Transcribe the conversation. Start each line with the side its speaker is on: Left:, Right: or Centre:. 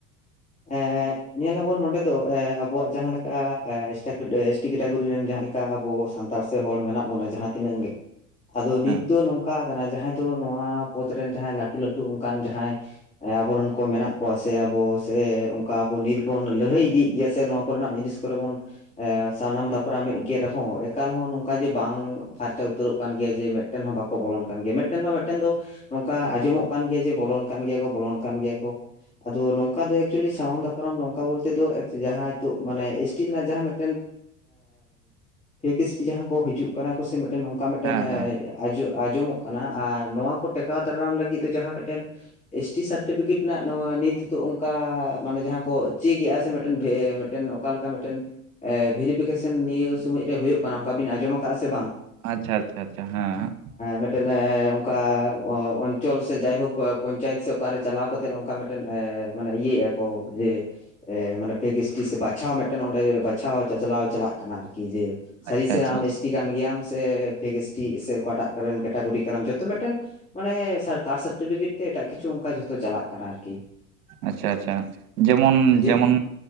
Left: ᱮ ᱧᱮᱞᱟᱵᱚᱱ ᱱᱚᱰᱮ ᱫᱚ ᱟᱵᱚᱣᱟᱜ ᱡᱟᱦᱟᱸ ᱞᱮᱠᱟ ᱤᱥᱴᱟᱠᱰᱮ <unintelligible> ᱠᱮᱴᱟᱜᱚᱨᱤ ᱨᱮᱱ ᱡᱟᱦᱟᱸ ᱞᱮᱠᱟ ᱟᱵᱚ ᱥᱟᱱᱛᱟᱲ ᱥᱮ ᱦᱚᱲ ᱢᱮᱱᱟᱜ ᱵᱚᱱᱟ ᱡᱟᱦᱟᱸ ᱛᱤᱱᱟᱹᱜ ᱜᱮ, ᱟᱫᱚ ᱱᱤᱛ
Right: ᱦᱮᱸ
Left: ᱫᱚ ᱱᱚᱝᱠᱟ ᱟᱠᱟᱱᱟ ᱡᱟᱦᱟᱸᱭ ᱫᱚ ᱱᱚᱣᱟ ᱯᱚᱫ ᱨᱮᱱ ᱡᱟᱦᱟᱸᱭ ᱞᱟᱹᱴᱩ ᱞᱟᱹᱴᱩ ᱚᱱᱠᱟᱱ ᱡᱟᱦᱟᱸᱭ ᱟᱵᱚᱨᱮᱱ ᱠᱚ ᱢᱮᱱᱟᱜ ᱠᱚᱣᱟ ᱥᱮ ᱟᱵᱚ ᱥᱮ ᱚᱱᱠᱟ ᱟᱵᱚ ᱱᱤᱛ ᱵᱚᱱ ᱞᱟᱹᱲᱦᱟᱹᱭ ᱤᱫᱤᱭᱮᱫ ᱜᱮᱭᱟ ᱥᱮ ᱱᱚᱣᱟ ᱠᱚᱨᱮᱱᱟᱜ ᱡᱤᱱᱤᱥ ᱠᱚᱨᱮ ᱵᱚᱱ ᱥᱟᱱᱟᱢ ᱫᱟᱯᱨᱟᱢ ᱢᱮᱫ ᱜᱮ ᱨᱮᱦᱚᱸ ᱮᱠᱟᱞ ᱦᱚᱸ ᱱᱚᱝᱠᱟ ᱡᱮ ᱵᱟᱝ ᱯᱷᱟᱨᱪᱟ ᱩᱛᱟᱹᱨᱚᱜ ᱠᱟᱱ ᱜᱮᱭᱟ ᱡᱮ ᱢᱤᱫ ᱢᱤᱫᱴᱮᱱ ᱦᱚᱸ ᱵᱟᱠᱚ ᱵᱚᱞᱚᱱ ᱠᱟᱱ ᱜᱮᱭᱟ, ᱢᱤᱫᱴᱮᱱ ᱢᱟ ᱢᱤᱫᱴᱮᱱ ᱫᱚ ᱱᱚᱝᱠᱟ ᱟᱸᱡᱚᱢᱚᱜ ᱠᱟᱱ ᱜᱮᱭᱟ ᱡᱮ ᱵᱚᱞᱚᱱ ᱠᱟᱱ ᱜᱮᱭᱟ ᱠᱚ ᱵᱚᱞᱚᱱ ᱠᱟᱱ ᱜᱮᱭᱟ ᱠᱚ ᱟᱫᱚ ᱱᱚᱝ ᱠᱟ ᱫᱚ ᱮᱠᱪᱩᱭᱮᱞᱤ ᱥᱟᱢᱟᱝ ᱫᱟᱯᱨᱟᱢ ᱱᱚᱝᱠᱟ ᱵᱚᱞᱛᱮ ᱫᱚ ᱡᱟᱦᱟᱸ ᱱᱤᱛᱚᱜ ᱢᱟᱱᱮ ᱮᱥ ᱴᱤ ᱨᱮᱱᱟᱜ ᱡᱟᱦᱟᱸ ᱢᱤᱫᱴᱮᱱ ᱯᱷᱮᱠ ᱮᱥ ᱴᱤ ᱡᱟᱦᱟᱸ ᱠᱚ ᱦᱤᱡᱩᱜ ᱠᱟᱱᱟ ᱠᱚᱥᱮ ᱱᱚᱝᱠᱟ ᱢᱤᱫᱴᱮᱱ
Right: ᱦᱮᱸ ᱦᱮᱸ
Left: ᱟᱸᱡᱚ ᱟᱸᱡᱚᱢᱚᱜ ᱠᱟᱱᱟ ᱟᱨ ᱱᱚᱣᱟ ᱠᱚ ᱴᱮᱠᱟᱣ ᱫᱟᱨᱟᱢ ᱞᱟᱹᱜᱤᱫ ᱛᱮ ᱡᱟᱦᱟᱸ ᱢᱤᱫᱴᱮᱱ ᱮᱥ ᱴᱤ ᱥᱟᱨᱴᱤᱯᱷᱤᱠᱮᱴ ᱨᱮᱱᱟᱜ ᱱᱚᱣᱟ ᱱᱤᱛ ᱦᱤᱛᱚᱜ ᱚᱱᱠᱟ ᱢᱟᱱᱮ ᱡᱟᱦᱟᱸ ᱠᱚ ᱪᱮᱠ ᱮᱫᱟ ᱥᱮ ᱢᱤᱴᱮᱱ ᱚᱠᱟ ᱞᱮᱠᱟ ᱢᱤᱫᱴᱮᱱ ᱵᱷᱮᱨᱤᱯᱷᱤᱠᱮᱥᱚᱱ ᱱᱤᱭᱟᱹ ᱥᱚᱢᱚᱭ ᱨᱮ ᱦᱩᱭᱩᱜ ᱠᱟᱱᱟ ᱚᱱᱠᱟ ᱵᱤᱱ ᱟᱸᱡᱚᱢ ᱟᱠᱟᱟᱜᱼᱟ ᱥᱮ ᱵᱟᱝ?
Right: ᱟᱪᱪᱷᱟ ᱟᱪᱪᱷᱟ ᱟᱪᱪᱷᱟ ᱦᱮᱸ
Left: ᱢᱤᱫᱴᱮᱱ ᱚᱱᱠᱟ ᱚᱧᱪᱚᱞ ᱥᱮ ᱡᱟᱭᱦᱳᱠ ᱯᱚᱧᱪᱟᱭᱮᱛ ᱥᱮ ᱚᱠᱟᱨᱮ ᱪᱟᱞᱟᱣ ᱠᱟᱛᱮᱫ ᱱᱚᱝᱠᱟ ᱢᱤᱫ ᱴᱮᱱ ᱢᱟᱱᱮ ᱤᱭᱟᱹᱭ ᱮᱫᱼᱟ ᱠᱚ ᱡᱮ ᱢᱟᱱᱮ ᱯᱷᱮᱠ ᱥᱮ ᱴᱤ ᱵᱟᱪᱷᱟᱣ ᱢᱤᱫᱴᱮᱱ ᱚᱸᱰᱮ ᱵᱟᱪᱷᱟᱣ ᱪᱟᱪᱞᱟᱣ ᱪᱟᱞᱟᱜ ᱠᱟᱱᱟ ᱟᱨᱠᱤ ᱡᱮ
Right: ᱟᱪᱪᱷᱟ
Left: ᱥᱟᱹᱨᱤ ᱥᱮ
Right: ᱟᱪᱪᱷᱟ
Left: ᱟᱢ
Right: ᱟᱪᱪᱷᱟ
Left: ᱮᱥᱴᱤ ᱠᱟᱱ ᱜᱮᱭᱟᱢ ᱥᱮ ᱯᱷᱮᱠ ᱮᱥᱴᱤ ᱥᱮ ᱚᱠᱟᱴᱟᱜ ᱨᱮᱱ ᱠᱮᱴᱟᱜᱳᱨᱤ ᱠᱟᱱᱟᱢ ᱡᱚᱛᱚ ᱢᱮᱫᱴᱟᱝ ᱢᱟᱱᱮ ᱥᱟᱨ ᱠᱟᱰ ᱥᱟᱨᱴᱤᱯᱷᱤᱠᱮᱴ ᱛᱮ ᱮᱴᱟᱜ ᱠᱤᱪᱷᱩ ᱚᱱᱠᱟ ᱡᱷᱚᱛᱚ ᱪᱟᱞᱟᱜ ᱠᱟᱱᱟ ᱟᱨᱠᱤ,
Right: ᱟᱪᱪᱷᱟ ᱟᱪᱪᱷᱟ ᱡᱮᱢᱚᱱ
Left: ᱡᱮ
Right: ᱡᱮᱢᱚᱱ